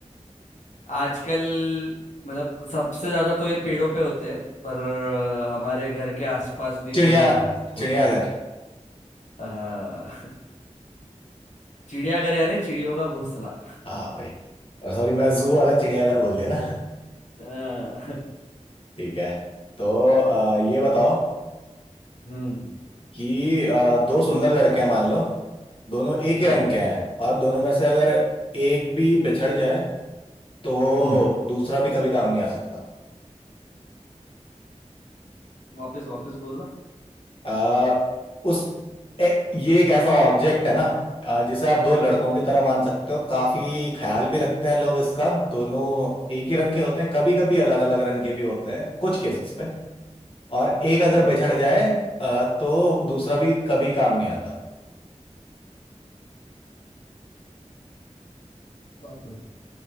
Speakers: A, on the left (about 75°); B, on the left (about 45°).
A: आजकल मतलब सबसे ज्यादा तो ये पेड़ों पे होते हैं पर अ, हमारे घर के आसपास भी
B: चिड़िया
A: कई होते
B: चिड़ियाघर
A: हैं अ, <laughs> चिड़ियाघर यानी चिड़ियों का घोंसला
B: हाँ भाई सॉरी मैं जू
A: अ,
B: वाला चिड़ियाघर बोल दिया ना
A: अ, <laughs>
B: ठीक है तो अ, ये बताओ
A: हम्म
B: कि अ, दो सुंदर लड़के हैं मान लो दोनों एक
A: हम्म
B: ही रंग के हैं और दोनों में से अगर एक भी बिछड़ जाए तो
A: हम्म
B: दूसरा भी कभी काम नहीं आ सकता
A: वापस वापस बोलना
B: आ, उस ए, ये एक ऐसा ऑब्जेक्ट है ना आ, जिसे आप दो लड़कों
A: हम्म
B: की तरह मान सकते हो काफी ख्याल भी रखते हैं लोग इसका दोनों एक ही रंग के होते हैं कभी कभी अलग अलग रंग के भी होते हैं कुछ केसेस पे और एक अगर
A: हम्म
B: बिछड़ जाए आ, तो दूसरा भी कभी काम नहीं आता
A: बाप रे